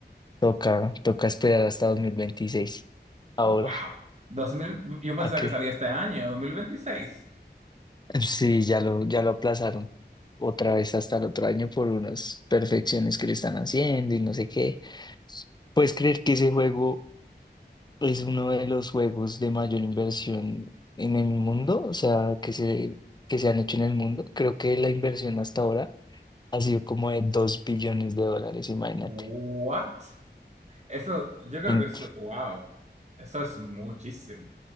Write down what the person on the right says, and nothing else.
Wow. 2000. yo pensaba
que salía este año, 2026.
What? Eso, yo creo
que es, wow. Eso es muchísimo,